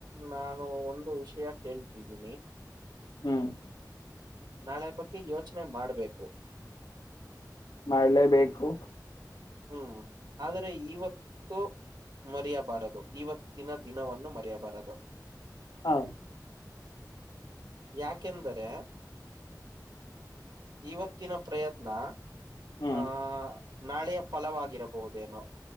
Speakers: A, on the right (about 75°); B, on the left (about 80°).
A: ನಾನು ಒಂದು ವಿಷಯ ಕೇಳ್ತಿದಿನಿ
B: ಹ್ಮ್
A: ನಾಳೆ ಬಗ್ಗೆ ಯೋಚನೆ ಮಾಡ್ಬೇಕು
B: ಮಾಡ್ಲೇಬೇಕು
A: ಹ್ಮ್ ಆದರೆ ಇವತ್ತು ಮರೆಯಬಾರದು ಇವತ್ತಿನ ದಿನವನ್ನು ಮರೆಯಬಾರದು
B: ಹ
A: ಯಾಕೆಂದರೆ ಇವತ್ತಿನ ಪ್ರಯತ್ನ
B: ಹ್ಮ್
A: ಆ ನಾಳೆಯ್ ಫಲವಾಗಿರಬಹುದೇನೋ